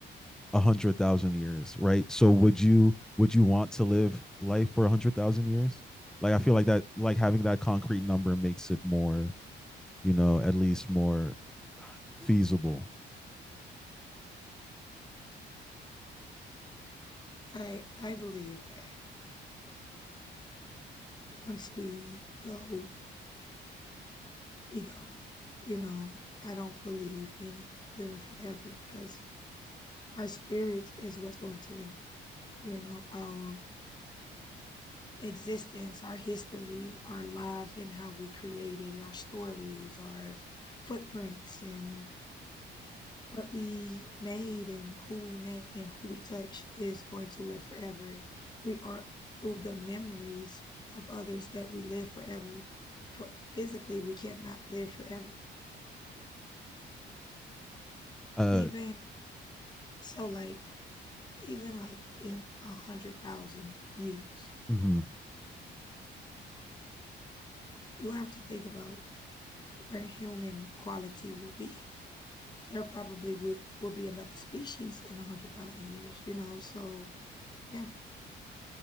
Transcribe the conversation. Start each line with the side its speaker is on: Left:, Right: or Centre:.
Centre: a hundred thousand years, right? So would you would you want to live life for a hundred thousand years? Like I feel like that like having that concrete number makes it more, you know, at least more feasible.
Left: I I believe that once we go we go. You know, I don't believe in living forever because our spirit is what's going to linger. You know, our existence, our history, our lives, and how we created our stories, our footprints, and what we made, and who we met, and who we touched is going to live forever. We are through the memories of others that we live forever. But physically, we cannot live forever.
Centre: Uh
Left: Even so, like even like in a hundred thousand years,
Centre: mhm.
Left: you have to think about where human quality will be. There probably will, will be another species in a hundred thousand years, you know? So yeah,